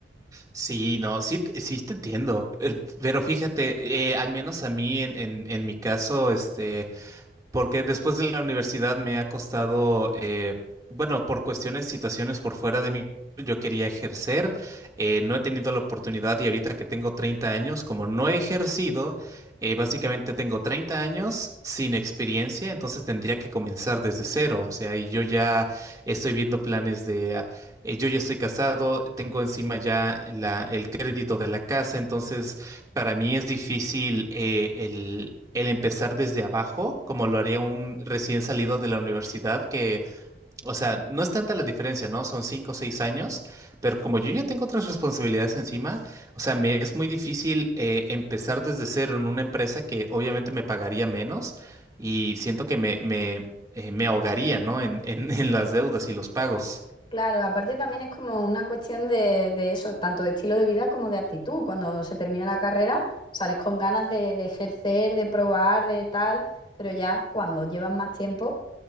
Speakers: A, on the right (about 20°); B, on the left (about 30°).
A: Sí, no, sí, te- sí te entiendo, per- pero fíjate, eh, al menos a mí en, en, en mi caso, este, porque después de la universidad me ha costado, eh, bueno, por cuestiones, situaciones por fuera de mí, yo quería ejercer, eh, no he tenido la oportunidad y ahorita que tengo 30 años, como no he ejercido, eh, básicamente tengo 30 años sin experiencia, entonces tendría que comenzar desde cero, o sea, y yo ya estoy viendo planes de, ah, eh, yo ya estoy casado, tengo encima ya la, el crédito de la casa, entonces... Para mí es difícil eh, el, el empezar desde abajo, como lo haría un recién salido de la universidad, que, o sea, no es tanta la diferencia, ¿no? Son cinco o seis años, pero como yo ya tengo otras responsabilidades encima, o sea, me es muy difícil eh, empezar desde cero en una empresa que obviamente me pagaría menos y siento que me, me, eh, me ahogaría, ¿no? En, en, <laughs> en las deudas y los pagos.
B: Claro, aparte también es como una cuestión de, de eso, tanto de estilo de vida como de actitud. Cuando se termina la carrera, sales con ganas de, de ejercer, de probar, de tal, pero ya cuando llevas más tiempo,